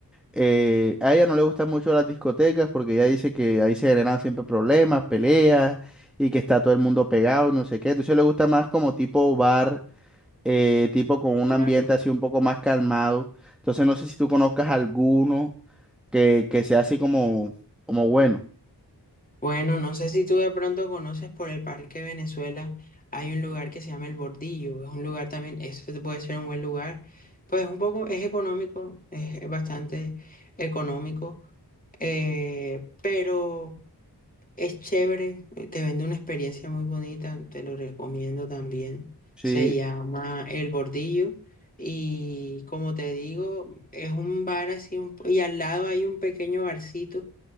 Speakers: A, in the centre; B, on the left.
A: Eh, a ella no le gustan mucho las discotecas porque ella dice que ahí se generan siempre problemas, peleas y que está todo el mundo pegado y no sé qué. Entonces le gusta más como tipo bar, eh, tipo con un
B: Claro.
A: ambiente así un poco más calmado. Entonces no sé si tú conozcas alguno que, que sea así como, como bueno.
B: Bueno, no sé si tú de pronto conoces por el Parque Venezuela, hay un lugar que se llama El Bordillo, es un lugar también, eso te puede ser un buen lugar, pues un poco es económico, es, es bastante económico, eh, pero Es chévere, eh, te vende una experiencia muy bonita, te lo recomiendo también.
A: Sí,
B: Se llama El Bordillo y como te digo, es un bar así un po- y al lado hay un pequeño barcito